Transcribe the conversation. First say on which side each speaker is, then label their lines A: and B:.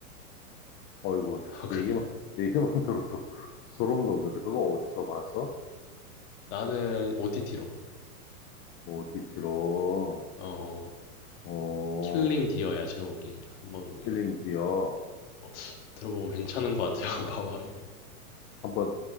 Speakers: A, on the left; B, on the left.
A: 어이구,
B: <laughs>
A: 얘기만, 얘기만 <laughs> 들어도 소름 돋는데, 그거 어디서 봤어?
B: 나는 OTT로.
A: 오디티로
B: 어.
A: 어,
B: 킬링 디어야 제목이. 한번 이거
A: 힐링 디어.
B: 어, 들어보고 괜찮은 것 같아요. <laughs> 봐봐.
A: 한번